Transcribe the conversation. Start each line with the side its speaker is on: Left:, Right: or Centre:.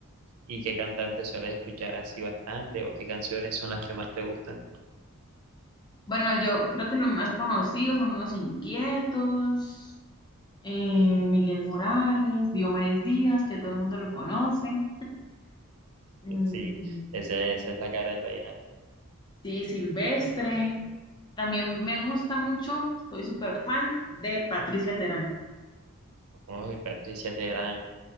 Right: ¿Y qué cantantes sueles escuchar así bastante o qué canciones son las que más te gustan?
Left: Bueno, yo creo que los más conocidos son Los Inquietos, eh, Miguel Morales, Diomedes Díaz, que todo el mundo lo conoce. mm,
Right: Eh, Sí, esa, esa es la cara del vallenato.
Left: sí, Silvestre. También me gusta mucho, soy súper fan de Patricia Terán.
Right: Uy, Patricia Terán,